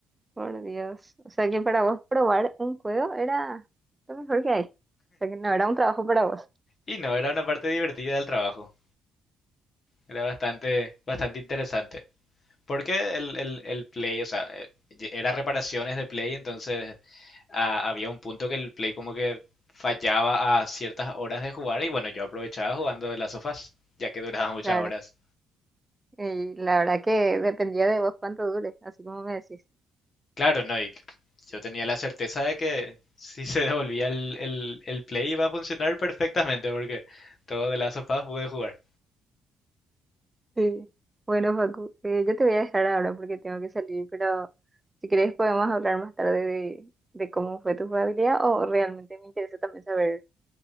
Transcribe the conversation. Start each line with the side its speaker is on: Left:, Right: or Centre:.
Right: por Dios, o sea que para vos probar un juego era lo mejor que hay, o sea que no era un trabajo para vos,
Left: Y no, era una parte divertida del trabajo, era bastante, bastante interesante. Porque el, el, el play, o sea, eh, era reparaciones de play, entonces ah, había un punto que el Play como que fallaba a ciertas horas de jugar y bueno, yo aprovechaba jugando de las sofás, ya que duraba <laughs> muchas
Right: claro,
Left: horas.
Right: y la verdad que dependía de vos cuánto dure, así como me decís.
Left: Claro, no, y yo tenía la certeza de que si se devolvía el, el, el Play iba a funcionar perfectamente porque todo de las sofás pude jugar.
Right: Sí. Bueno, Facu, eh, yo te voy a dejar ahora porque tengo que salir, pero si querés podemos hablar más tarde de, de cómo fue tu jugabilidad o realmente me interesa también saber.